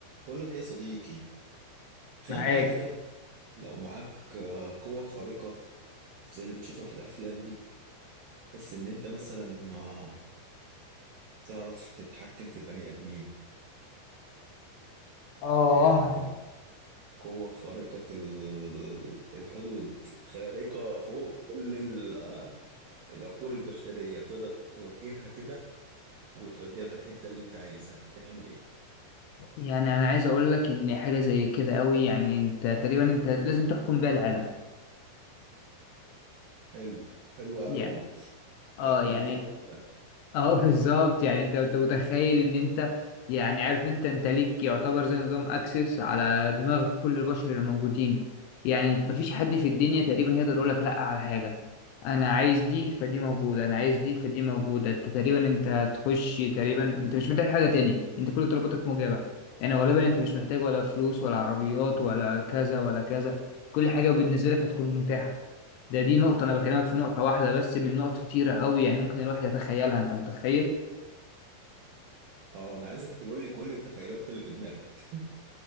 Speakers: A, on the right; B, on the left.
A: بقول لك إيه يا صديقي تخيل
B: معاك
A: معايا كده لو معاك آه، قوة خارقة زي اللي بتشوفها في الأفلام دي بس إن أنت مثلا آه، تعرف تتحكم في البني آدمين
B: اه
A: يعني قوة خارقة ال- الحدود خارقة فوق كل ال- العقول البشرية تقدر توجهها كده وتوديها في الحتة اللي أنت عايزها هتعمل إيه؟
B: يعني انا عايز اقول لك ان حاجه زي كده قوي يعني انت تقريبا انت لازم تحكم بيها العالم
A: حلو حلوة
B: يعني
A: أوي
B: اه
A: تحكم
B: يعني
A: الدنيا كلها
B: <laughs> اه بالظبط يعني انت انت متخيل ان انت يعني عارف انت انت ليك يعتبر زي نظام اكسس على دماغ كل البشر اللي موجودين يعني مفيش حد في الدنيا تقريبا هيقدر يقول لك لا على حاجه انا عايز دي فدي موجوده انا عايز دي فدي موجوده انت تقريبا انت هتخش تقريبا انت مش محتاج حاجه تاني انت كل طلباتك مجابه يعني غالبا انت مش محتاج ولا فلوس ولا عربيات ولا كذا ولا كذا كل حاجه بالنسبه لك هتكون متاحه ده دي نقطة أنا بكلمك في نقطة واحدة بس من نقط كتيرة أوي يعني ممكن الواحد يتخيلها أنت متخيل
A: أه أنا عايزك تقول لي كل التخيلات اللي في دماغك <laughs>